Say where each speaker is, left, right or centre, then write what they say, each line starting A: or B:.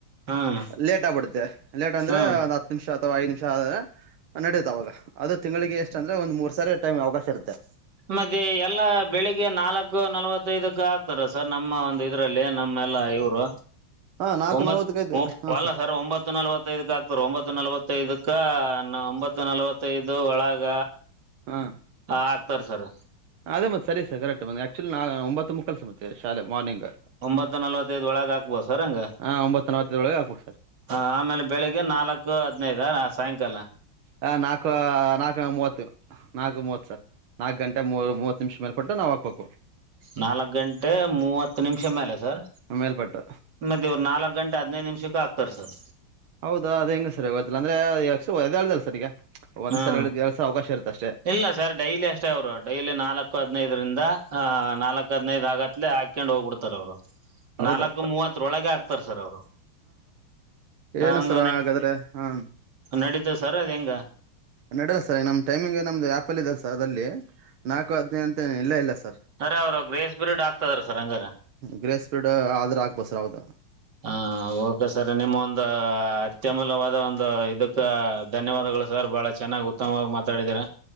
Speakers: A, on the right; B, on the right.
A: ಹಾಂ
B: ಲೇಟ್ ಆಗ್ಬಿಡುತ್ತೆ ಲೇಟ್ ಅಂದ್ರೆ
A: ಹಾಂ
B: ಒಂದು ಹತ್ ಹ ನಿಮಿಷ ಅಥವಾ ಐದು ನಿಮಿಷ ಆದ ನಡೆಯತ ಅವಾಗ ಅದು ತಿಂಗಳಿಗೆ ಎಷ್ಟ ಅಂದ್ರೆ ಒಂದ್ ಮೂರ್ ಸಾರಿ ಟೈಮ್ ಅವಕಾಶ. ತೀರುತ್ತೇ.
A: ಮತ್ತೆ ಎಲ್ಲಾ ಬೆಳಿಗ್ಗೆ ನಾಲ್ಕು ನಲವತೈದಕ ಅಕ್ತಾರ ಸರ್ ನಮ್ಮ ಒಂದು ಇದು. ಇದರಲ್ಲಿ ನಮ್ಮೆಲ್ಲ ಇವರು
B: ಹಾ ನಾಲ್ಕು
A: ಒಂಬತ್
B: ನಲ್ವತ್ತಕೈದು ಹಾ
A: ಅಲ್ಲ ಸರ್ ಒಂಬತ್ತು ನಲವೈತೈದುಕಾ ಹಾಕ್ತಾರೆ ಸರ್ ಒಂಬತ್ತು ನಲ್ವತ್ತೈದಕ್ಕನ್ನ ಒಂಬತ್ತು ನಲ್ವತ್ತೈದು ಒಳಗ.
B: ಹಾ
A: ಹಾ ಆಗ್ತಾರ ಸರ್.
B: ಅದೇ ಮತ್ತೆ ಸರಿ ಸರ್ ಕರೆಕ್ಟ್ ಮ ಆಕ್ಚುಲಿ ನಾ ಒಂಬತ್ತ ಮುಕ್ಕಾಲು ಸರ್ ಮತ್ತೆ ಶಾಲೆ ಮಾರ್ನಿಂಗ್.
A: ಒಂಬತ್ತು ನಲವತ್ತೈದ್ ಒಳಗೆ ಹಾಕ್ಬೋದು ಸರ್ ಅಂಗ.
B: ಹಾ ಒಂಬತ್ತುತ ನಲವತ್ತೈ ದೊರಳಗ ಹಾಕಬೇಕು ಸರ್ ಅಂಗ.
A: ಹ ಆಮೇಲೆ ಬೆಳಿಗ್ಗೆ ನಾಲ್ಕು ಹದ್ನೈದ ಸಾಯಂಕಾಲ.
B: ಹ ನಾಕು ನಾಕು ಮೂವತ್ತು. ನಾಲ್ಕು ಮೂವತ್ ಸರ್ ನಾಲ್ಕ ಗಂಟೆ ಮೂರು ಮೂವತ್ ನಿಮಿಷ ಮೇಲೆಪಟ್ಟು ನಾವು ಹಾಕ್ಬೇಕು.
A: ನಾಲ್ಕ್ ಗಂಟೆ ಮೂವತ್ತು ನಿಮಿಷ ಮೇಲೆ ಸರ್.
B: ಮೇಲ್ಪಟ್ಟು
A: ಮತ್ತೆ ಇವ್ರು ನಾಲ್ಕ ಗಂಟೆ ಹದಿನೈದು ನಿಮಿಷಕ್ಕೆ ಆಗ್ತಾರೆ ಸರ್.
B: ಹೌದಾ ಅದ ಹೆಂಗೆ ಸರ್ ಗೊತ್ತಿಲ್ಲ ಅಂದ್ರೆ ಹೇಳ್ದಲ್ಲ ಸರ್ ಈಗ ಒಂದ್
A: ಹಾ
B: ಸಲ ಎರಡ್ ಸಲ ಅವಕಾಶ ಇರುತ್ತೆ ಅಷ್ಟೇ.
A: ಇಲ್ಲ ಸರ್ ಡೈಲಿ ಅಷ್ಟ ಅವ್ರು ಡೈಲಿ ನಾಲ್ಕು ಹದಿನೈದರಿಂದ್ ನಾಲ್ಕ್ ಹದಿನೈದು ಆಗತ್ತ ಇಲ್ಲ ಹಾಕಿಕೊಂಡು ಹೋಗಿ ಬಿಡ್ತಾರೆ ಅವ್ರು.
B: ಹೌದಾ
A: ನಾಲ್ಕು ಮೂವತ್ತರೊಳಗೆ ಹಾಕ್ತಾರೆ ಸರ್ ಅವರು
B: ಏನು
A: ಹಂಗ
B: <unintelligible>
A: ನಡೀತದ ಸರ್ ಅದ್ ಹೆಂಗ.
B: ನಡಲ್ಲ ಸರ್ ಈಗ ನಮ್ಮ ಟೈಮಿಂಗ್ ನಮ್ದು ಆ್ಯಪಲ್ಲ ಇದೆ ಸರ್ ಅದಲ್ಲಿ ನಾಲ್ಕು ಹದಿನೈದು ಇಲ್ಲೆ ಇಲ್ಲ ಸರ್.
A: ಸರಿ ಅವರು ಗ್ರೇಸ್ ಪ್ರಿಡ್ ಆಗ್ತದಾರ ಸರ್ ಹಂಗಾರ.
B: ಗ್ರೇಸ್ ಪ್ರಿಡ್ ಆದ್ರೆ ಆಗ್ಬೋದು ಸರ್ ಹೌದು.
A: ಹ ಓಕೆ ಸರ್ ನಿಮ್ಮೊಂದು ಅತ್ಯಮೂಲ್ಯವಾದ ಒಂದು ಇದು. ಧನ್ಯವಾದಗಳು ಸರ್ ಬಹಳ ಚೆನ್ನಾಗಿ ಉತ್ತಮವಾಗಿ ಮಾತಾಡಿದಿರ.